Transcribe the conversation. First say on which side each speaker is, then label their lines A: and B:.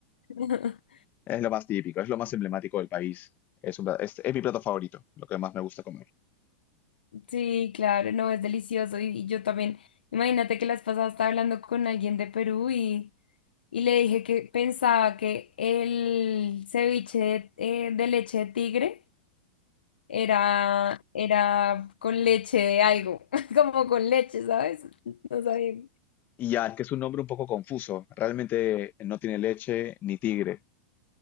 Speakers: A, on the left (about 75°); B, on the left (about 35°).
A: <laughs>
B: Es lo más típico, es lo más emblemático del país. Es, un pla- es- es mi plato favorito, lo que más me gusta comer.
A: Sí, claro, no, es delicioso. Y, y yo también, imagínate que las pasadas estaba hablando con alguien de Perú y, y le dije que pensaba que el ceviche de eh, de leche de tigre. era, era con leche de algo, <laughs> como con leche, ¿sabes? No sabía.
B: Y ya, es que es un nombre un poco confuso. Realmente no tiene leche ni tigre.